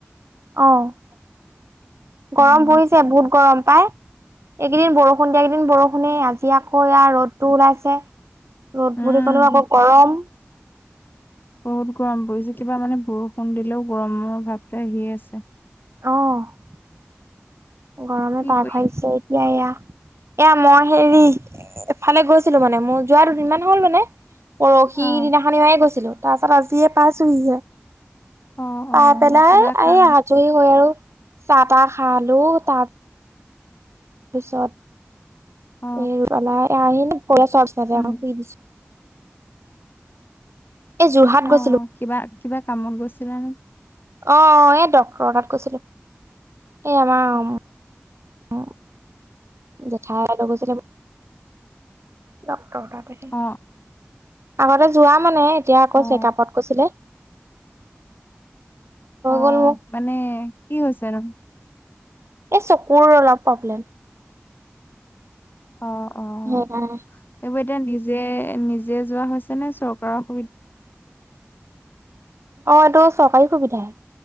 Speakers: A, on the right; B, on the left.
A: অহ'
B: উম
A: গৰম পৰিছে বহুত গৰম পাই। এইকেইদিন বৰষুণ দিয়াকেইদিন বৰষুণেই। আজি আকৌ, এয়া ৰ'দটো ওলাইছে। ৰ'দ
B: উম
A: বুলি ক'লে আকৌ গৰম।
B: বহুত গৰম পৰিছে কিবা মানে বৰষুণ দিলেওঁ, গৰমৰ ভাৱটো আহিয়ে আছে।
A: অহ' গৰমে
B: কি
A: পাক
B: কৰি
A: হৈছে এতিয়া এয়া, এয়া মই। হেৰি এফালে গৈছিলো মানে মোৰ যোৱা দুদিনমান হ'ল মানে। পৰহি
B: আছা?
A: দিনাখনে গৈছিলো তাৰ পাছত আজিয়ে পাইছোহিহে।
B: অ অ অ
A: পাই পেলাই
B: কিবা কাম
A: এই আজি মই আৰু চাহ-তাহ খালো তাৰ তাৰ পিছত
B: অ
A: এই ৰুবালা আহিল <unintelligible> পিছত শুই
B: উম
A: দিছো। এই যোৰহাট
B: অহ'
A: গৈছিলো
B: কিবা, কিবা কামত গৈছিলে নে।
A: অহ' এই ডক্টৰ তাত গৈছিলো। এই আমাৰ
B: অ
A: জেঠাই লৈ গৈছিলে। ডক্টৰৰ তাতে,
B: অ অ
A: আগতে যোৱা মানে। এতিয়া আকৌ
B: অ
A: চেকআপত কৈছিলে।
B: অহ'
A: গ'ল মোক
B: মানে, কি হৈছে নো?
A: এ চকুৰ অলপ প্ৰব্লেম।
B: অহ', অহ'
A: সেইকাৰণে
B: এইবোৰ এতিয়া নিজে, নিজে যোৱা সমস্যা নে চৰকাৰক।
A: অহ' এইটো চৰকাৰী সুবিধাহে।